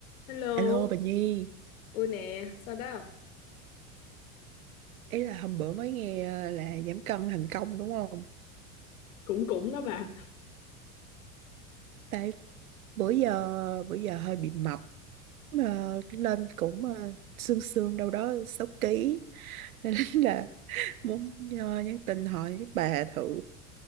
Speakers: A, on the left (about 75°); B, on the right (about 80°).
A: Hello,
B: Alo bà Nhi,
A: ôi nè, sao đó? à?
B: ý là hôm bữa mới nghe ờ, là giảm cân thành công đúng không?
A: cũng cũng đó bà
B: Tại bữa giờ bữa giờ hơi bị mập mà lên cũng ờ, xương xương đâu đó 6 ký nên <laughs> là muốn ờ, nhắn tin hỏi bà thử